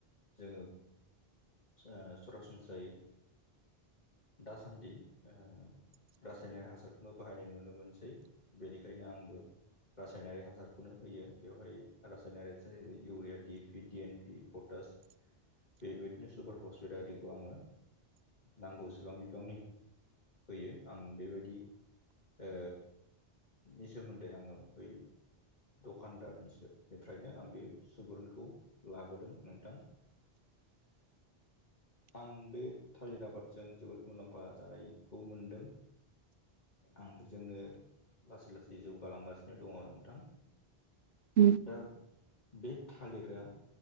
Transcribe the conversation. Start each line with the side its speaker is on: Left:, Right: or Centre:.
Left: ओ जा सरासनस्रायै दासान्दि ओ रासायनारि हासारखौनो बाहायनाय नुनो मोनसै बेनिखायनो आंबो रासायनारि हासारखौनो होयो बेवहाय रासायनारिासार urea D P D N P potash बेबायदिनो सुपार पस्पिटारिखौ आङो नांगौसेबां बिबांनि फैयो आं बेबायदि ओ नि सोमोन्दै आङो बै दखानदारनिसोनिफ्रायनो आं बे सुबुरुनखौ लाबोदों नोंथां
Right: <inaudible>
Left: आं बे थालिर आबादजों जोबोद मुलाम्फा जानाय खौ मोनदों आं बेजोंनो लासै लासै जौगालांगासिनो दङ नोंथां
Right: उ <inaudible>
Left: दा बे थालिरा